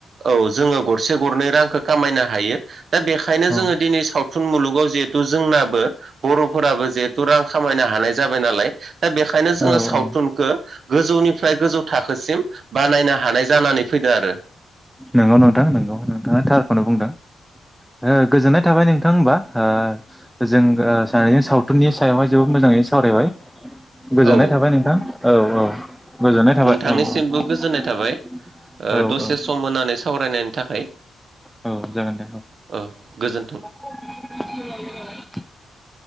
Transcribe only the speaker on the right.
औ जोङो गरसे गरनै रां खो खामायनो हायो दा बेखायनो
जोङो दिनै साव थुन मुलुगाव जिहेथु जोंनाबो बर'फोराबो जिहेथु रां खामायनो हानाय जाबाय नालाय दा बेखायनो जोङो
सावथुनखो
गोजौनि निफ्राय गोजौ थाखोसिम बानायनो हानाय जानानै फैदो आरो‌।
औ
नोंथांनिसिमबो
गोजोननाय थाबाय ओ
दसे सम होनानै सावरायनायनि थाखाय
ओ गोजोन्थों।